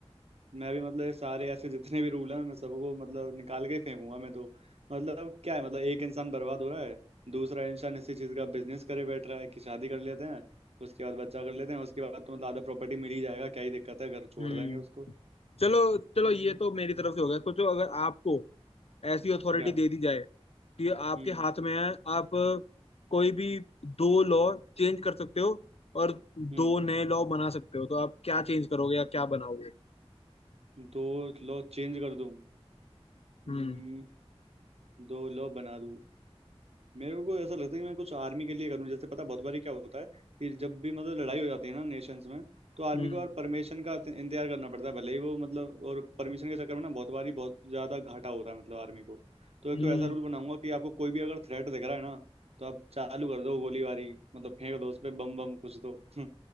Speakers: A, on the right; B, on the left.
A: मैं भी मतलब ये सारे ऐसे जितने भी रूल हैं मैं सबको मतलब निकाल के ही फेंकूंगा मैं तो मतलब क्या है मतलब एक इंसान बर्बाद हो रहा है दूसरा इंसान इसी चीज का बिजनेस करे बैठ रहा है कि शादी कर लेते हैं उसके बाद बच्चा कर लेते हैं उसके बाद तो मतलब आधा प्रॉपर्टी मिल ही जाएगा क्या ही दिक्कत है घर छोड़
B: हम्म
A: देंगे उसको
B: चलो चलो
A: मतलब
B: ये तो मेरी तरफ से हो गया सोचो अगर आपको ऐसी अथॉरिटी
A: क्या
B: दे दी जाए कि आपके
A: हम्म
B: हाथ में है आप कोई भी दो लॉ चेंज कर सकते हो और दो
A: हम्म
B: नए लॉ बना सकते हो तो आप क्या चेंज करोगे या क्या बनाओगे
A: दो लो चेंज कर दूं
B: हम्म
A: हम्म, दो लो बना दूं मेरे को ऐसा लगता है कि मैं कुछ आर्मी के लिए करूं जैसे पता है बहुत बारी क्या होता है कि जब भी मतलब लड़ाई हो जाती है ना नेशंस में तो आर्मी
B: हम्म
A: को यार परमिशन का इंतजार करना पड़ता है भले ही वो मतलब और परमिशन के चक्कर में ना बहुत बारी बहुत ज्यादा घाटा हो रहा है मतलब आर्मी को तो एक
B: हम्म
A: तो ऐसा रूल बनाऊंगा कि आपको कोई भी अगर थ्रेट दिख रहा है ना तो आप चालू कर दो गोलीबारी मतलब फेंक दो उस पे बम बम कुछ तो <laughs>